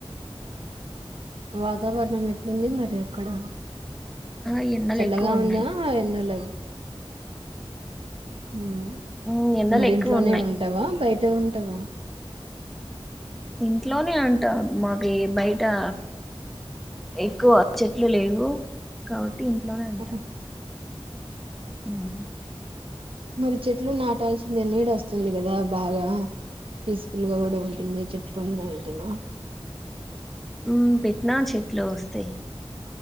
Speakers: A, on the right; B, in the centre.
A: వాతావరణం ఎట్లుంది మరి అక్కడ
B: ఆ ఎండలు
A: చల్లగా
B: ఎక్కువ ఉన్నాయి
A: ఉందా ఎండలేనా ఉహ్
B: ఉమ్, ఎండలు
A: మరి
B: ఎక్కువ
A: ఇంట్లోనే
B: ఉన్నాయి
A: ఉంటావా బయట ఉంటవా
B: ఇంట్లోనే ఉంటా మాకీ బయిటా ఎక్కువ చెట్లు లేవు కావట్టి ఇంట్లోనే ఉంటా
A: ఆహా.
B: ఉహ్
A: మరి చెట్లు నాటాల్సిందే నీడోస్తుంది కదా బాగా పీస్ ఫుల్ గా కూడా ఉంటుంది చెట్లు ఉన్నాయి అంటేనా
B: ఉమ్ పెట్టినా చెట్లు వస్తాయి